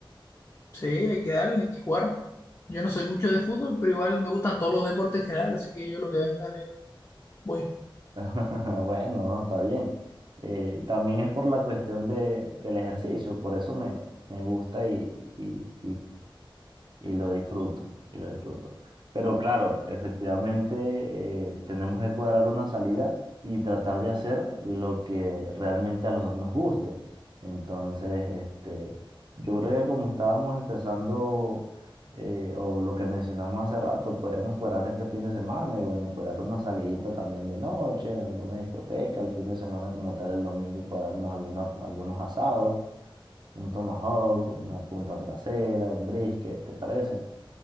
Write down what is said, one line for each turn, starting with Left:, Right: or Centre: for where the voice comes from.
Left: Sí, hay que darle, hay que jugar. Yo no soy mucho de fútbol, pero igual me gustan todos los deportes en general, así que yo lo que venga le voy.
Right: <laughs> Bueno, no, está bien. Eh, también es por la cuestión de, del ejercicio, por eso me, me gusta y, y, y lo disfruto, y lo disfruto. Pero claro, efectivamente eh, tenemos que cuadrar una salida y tratar de hacer lo que realmente a los dos nos guste. Entonces, este, yo creo que como estábamos empezando eh, o lo que mencionamos hace rato, podríamos cuadrar este fin de semana y bueno, cuadrar una salidita también de noche en alguna discoteca, el fin de semana como tal el domingo cuadramos alguna, algunos asados un tomahawk, una punta trasera, un brisket, ¿te parece?